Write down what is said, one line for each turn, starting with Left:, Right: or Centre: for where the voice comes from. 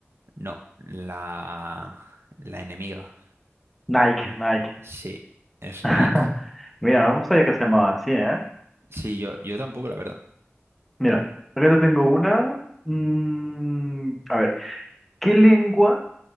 Right: No, la, la enemiga.
Centre: Nike, Nike.
Right: Sí, es
Centre: <laughs>
Right: Nike.
Centre: Mira, no no sabía que se llamaba así, ¿eh?
Right: Sí, yo, yo tampoco, la verdad.
Centre: Mira, acá te tengo una. Mm, a ver, ¿qué lengua